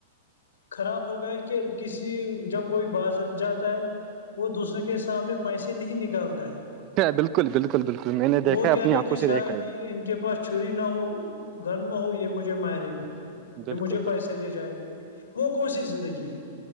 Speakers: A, on the left; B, on the right.
A: خراب ہو گیا کہ کسی جب کوئی بازر جاتا ہے وہ دوسروں کے سامنے پیسے نہیں نکالتا ہے
B: بالکل بالکل بالکل میں نے
A: وہ
B: دیکھا
A: کہتے
B: اپنی
A: ہے
B: آنکھوں
A: کہ شاید
B: سے دیکھا ہے
A: یہ ان کے پاس چھری نہ ہو گن نہ ہو یہ مجھے مارے گا کہ
B: بالکل
A: مجھے
B: بالکل
A: پیسے لے جائے گا وہ کون سی زندگی ہے